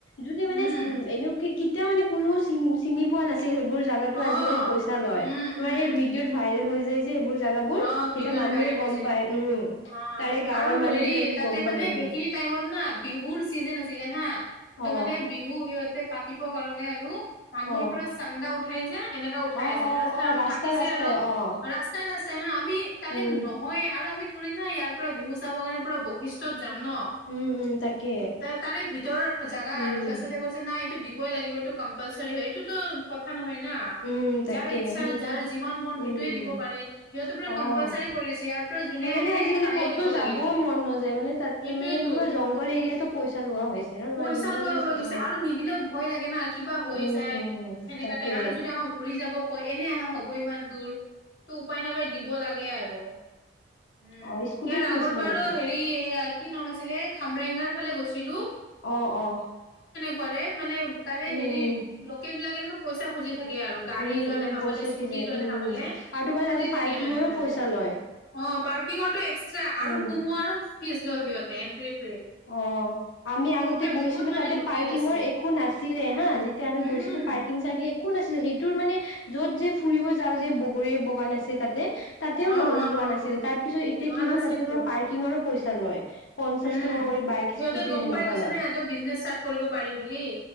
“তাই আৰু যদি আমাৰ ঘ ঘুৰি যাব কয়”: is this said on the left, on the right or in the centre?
Left